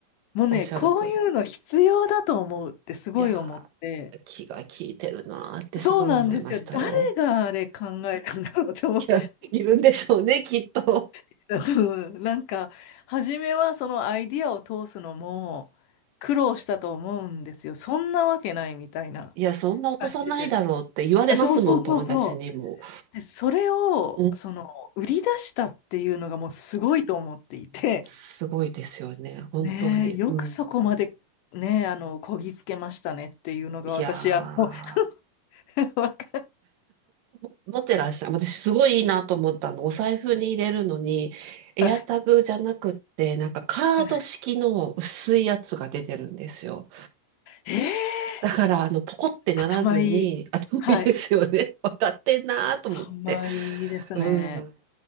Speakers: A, on the left; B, on the right.
A: もうね、
B: おっしゃる通り。
A: こういうの必要だと思うってすごい思って、
B: いやー、気が利いてるなーってすごい思いましたよ。
A: そうなんですよ。誰があれ考えたんだろうと思う。
B: いや、いるんでしょうね、きっと。
A: <laughs> うんなんか、初めはそのアイディアを通すのも苦労したと思うんですよ。そんなわけないみたいな
B: いや、そんな落とさないだろうって言われますもん、
A: 感じで。あそうそうそうそ
B: 友達にも。
A: う。で、それを、
B: うん
A: その、売り出したっていうのがもうすごいと思っていて、
B: すごいですよね。本当に。
A: ねえ、よくそこまで、
B: うん。
A: ねえ、あの、こぎつけましたねっていうのが私、
B: いや
A: あの、<laughs> わか、
B: ー、持ってらっしゃる。私、すごいいいなと思ったの。お財布に入れるのに、エアタグじゃなくって、
A: は
B: なんかカード式の薄いやつが出てるんですよ。
A: いえー
B: だから、あの、ポコってならずに、
A: 頭いい。
B: 頭いいですよね。
A: はい。
B: <laughs> 分かってんなーと思って。
A: 頭いいですね。
B: うん。